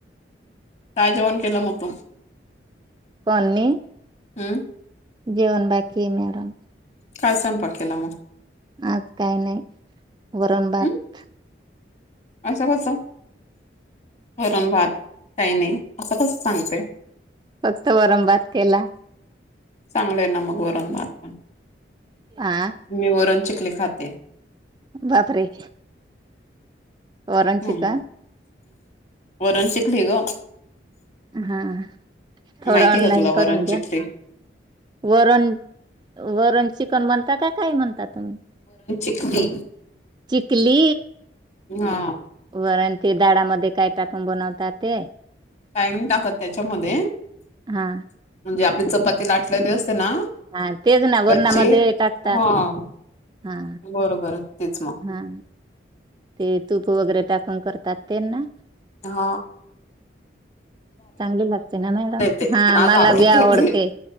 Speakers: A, on the left; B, on the right.
A: काय जेवण केलं मग तू
B: कोनी
A: हम्म
B: जेवन बाकी मॅडम
A: काय स्वयंपाक केला म
B: आज काही नाही वरण भात
A: हम्म असं कस वरण भात काही नाही असं कस सांगतय
B: फक्त वरम भात केला
A: चांगलं आहे ना मग वरण भात पण
B: हा
A: मी वरण चिखली खाते
B: बापरे वरण
A: हम्
B: चिकन
A: वरण शिकली ग
B: हा, थोडं
A: माहितीय
B: ऑनलाईन
A: का तुला
B: करून
A: वरण
B: द्या.
A: चिकली
B: वरण वरण चिकन म्हनता का काय म्हणता तुम्ही
A: ्री
B: चिकली
A: हा
B: वरण तेडामध्ये काय टाकून बनवतात ते
A: काायनिंग टाकत त्याच्यामध्ये म्हणजे
B: हा
A: आपली चपाती लाटलेली असते ना
B: हा तेच ना वरणामध्ये
A: कच्चे
B: टाकतात
A: ह
B: हा
A: बरोबर तेच मग
B: हा, ते तूप वगैरे टाकून करतात तेना!
A: हो
B: चांगली लागते ना मॅडम,
A: ते
B: हा
A: माझं
B: मला
A: आवडतंय
B: बी आवडते.
A: ते